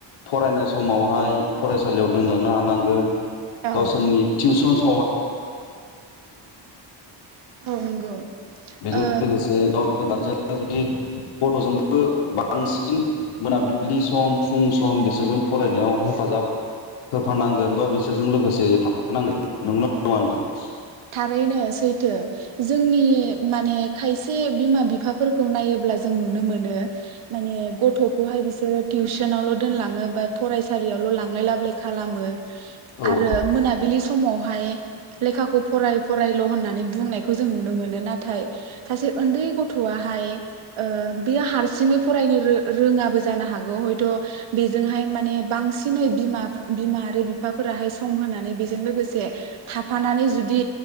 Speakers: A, on the left (about 85°); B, on the right (about 75°).
A: फरायनाय समावहाय। फरायसालियाव दोनलांनो हानांगोन।
B: औ
A: गावसोरनि थिउसन। <unintelligible>
B: औ नंगौ।
A: बेजों
B: ओ
A: लोगोसे गाव गारजेन। जुदि गथ'जोंबो बांसिन मोनाबिलि सम फुं सम बिसोरजों फरायनायाव हेफाजाब होफानांगोन बा बिसोरजों लोगोसे थाफानांगोन नोंगौना? <unintelligible>
B: रैनो सैथो जोंनि माने खायसे बिमा बिफाफोरखौ नायोब्ला जों नुनो मोनो माने गथ'खौहाय बिसोरो टिउसनावल' दोनलाङो बा फरायसालियावल' लांलाय लाबोलाय खालामो।
A: औ
B: आरो मोनाबिलि। समावहाय। लेखाखौ फराय फरायल' होननानै बुंनायखौ जों नुनो मोनो नाथाय सासे उन्दै गथ'आहाय ओ बेयो हारसिङै फरायनो रो-रोङाबो जानो हागौ हयथ' बेजोंहाय माने बांसिनै बिमा बिमा आरो बिफाफोराहाय सम होनानै बेजों लोगोसे थाफानानै जुदि